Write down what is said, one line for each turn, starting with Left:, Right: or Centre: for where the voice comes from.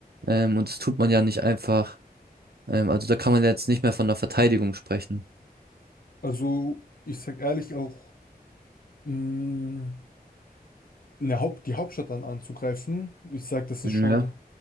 Right: Ähm, und das tut man ja nicht einfach. Ähm, also da kann man ja jetzt nicht mehr von der Verteidigung sprechen.
Left: Also, ich sag ehrlich auch, mh, eine Haupt, die Hauptstadt dann anzugreifen, ich sag, das ist
Right: Ja.
Left: schon